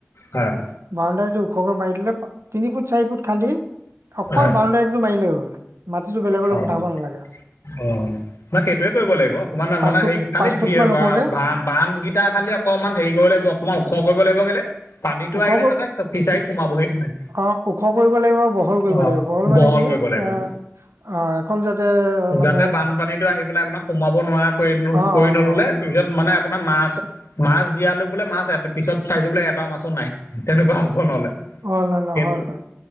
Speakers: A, on the left; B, on the right.
A: হয়
B: বৌন্দেৰিটো ওখ কৰি মাৰি দিলে তিনি ফুট চাৰি ফুট খান্দি অকল
A: হয়
B: বৌন্দেৰীটো মাৰিলে হল। মাটিটো বেলেগলৈ
A: হয়।
B: পঠাব নালাগে।
A: অ', নাই সেইটোৱে কৰিব লাগিব। তানে
B: পাঁচ
A: মানে
B: ফুট
A: হে খালী
B: পাঁচ ফুট
A: ধ
B: মান ওখকে
A: বান-বান কেইটা খালি অকণমান হেৰি কৰিব লাগিব অকণমান ওখ কৰিব লাগিব কেলে? পানীতটো
B: ওখ
A: আহিলে
B: কৰ-
A: যাতে ফিচাৰীত সোমাবহি নোৱাৰে।
B: অ', ওখ কৰিব লাগিব বহল কৰিব
A: অ
B: লাগিব, বহল মানে কি?
A: কৰিব লাগিব
B: অ' এখন যাতে মানে
A: যাতে বানপানীতো আহি পেলাই আপোনাক সোমাব নোৱাৰা কৰি-কৰি
B: অ অ
A: নললে
B: অ
A: তাৰপিছত মানে আপোনাৰ মাছ মাছ জীয়ালোঁ বোলে মাছ পিছত চাইছোঁ বোলে এটা মাছো নাই। তেনেকুৱা হ'ব নহলে। সেই
B: অ ন ন হয় হয়